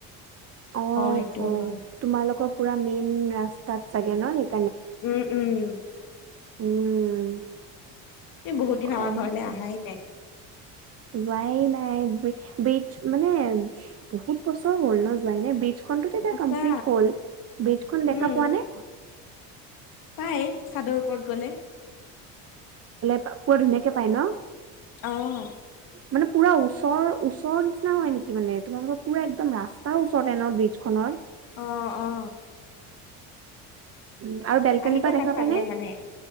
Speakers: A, on the right; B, on the left.
A: অ
B: সেইটোও
A: ঘ
B: হয়।
A: তোমালোকৰ পুৰা মেইন ৰাস্তাত চাগে ন সেই,
B: উম উম
A: উম
B: এই বহুত
A: গৰম
B: দিন আমাৰ ঘৰলে অহাই নাই।
A: যোৱাই নাই বীজ মানে বহুত বছৰ হ'ল ন যোৱাই নাই বীজ, খন টো টহ এতিয়া
B: সঁচা
A: কমপ্লিট হ'ল বিজখন দেখা
B: উম,
A: পোৱা নে?
B: পাই চাদৰ ওপৰত গলে।
A: পোৱা ধুনীয়াকে পায় ন।
B: অহ
A: মানে পুৰা ওচৰ ওচৰৰ নিচিনা হয় নেকি মানে তোমালোকৰ পুৰা একদম ৰাস্তাৰ ওচৰতে ন ব্ৰিজ খনৰ।
B: অ অ
A: উম আৰু বেলকনিৰ
B: আহিব
A: পৰা
B: না
A: দেখা
B: চানদে
A: পাই নে?
B: মানে,